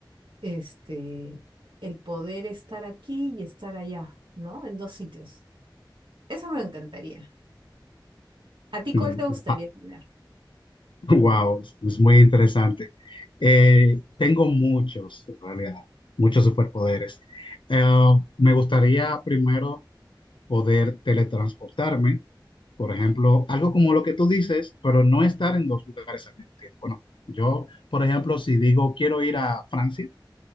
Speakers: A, on the right; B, on the left.
A: este, el poder estar aquí y estar allá, ¿no? En dos sitios. Eso me encantaría. ¿A ti
B: Mm,
A: cuál te gustaría tener?
B: Wow, <laughs> es es muy interesante. Eh, tengo muchos, en realidad, muchos superpoderes. Eh, me gustaría primero poder teletransportarme, por ejemplo, algo como lo que tú dices, pero no estar en dos lugares al mismo tiempo, no. Yo, por ejemplo, si digo quiero ir a Francia